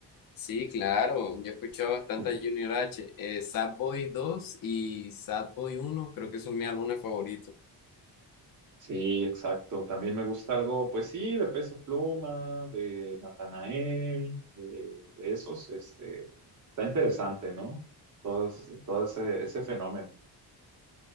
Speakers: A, on the left (about 55°); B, on the right (about 45°).
A: Sí, claro, yo he escuchado bastante
B: <laughs>
A: a Junior H, eh, Sad Boy dos y Sad Boy uno creo que son mis álbumes favoritos.
B: Sí, exacto. También me gusta algo, pues sí, de Peso Pluma, de Natanael, eh, de esos, este, está interesante, ¿no? Todo, es- todo ese, ese fenómeno.